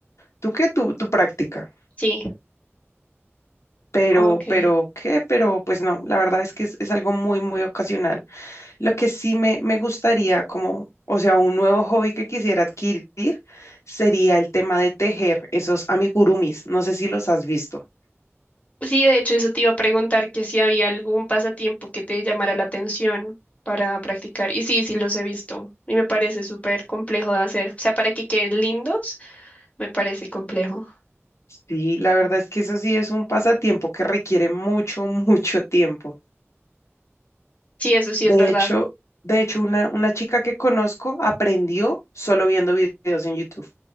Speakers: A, on the left (about 80°); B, on the left (about 30°).
A: tu qué, tu, tu práctica.
B: sí,
A: Pero,
B: ok.
A: pero, ¿qué? Pero, pues no, la verdad es que es, es algo muy, muy ocasional. Lo que sí me, me gustaría como, o sea, un nuevo hobby que quisiera adquirir sería el tema de tejer esos amigurumis. No sé si los has visto.
B: Sí, de hecho, eso te iba a preguntar que si había algún pasatiempo que te llamara la atención para practicar. Y sí, sí los he visto. Y me parece súper complejo de hacer. O sea, para que queden lindos, me parece complejo.
A: Sí, la verdad es que eso sí es un pasatiempo que requiere mucho, <laughs> mucho tiempo.
B: Sí, eso sí
A: De
B: es verdad.
A: hecho, de hecho, una, una chica que conozco aprendió solo viendo videos en YouTube.